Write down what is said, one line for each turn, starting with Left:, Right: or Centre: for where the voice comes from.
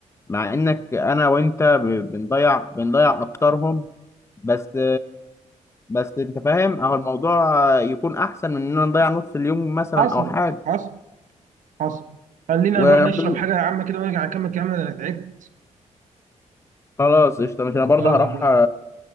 Left: مع انك انا وانت ب- بنضيع بنضيع اكترهم بس بس انت فاهم اهو الموضوع يكون احسن من ان انا نضيع نص اليوم مثلا
Right: حصل
Left: او حاجه
Right: حصل حصل خلينا
Left: وبال...
Right: نروح نشرب حاجه عامه كده ونرجع نكمل كلامنا ده انا تعبت
Left: خلاص قشطه مش انا برضه
Right: يلا
Left: هروح
Right: بينا
Left: أ-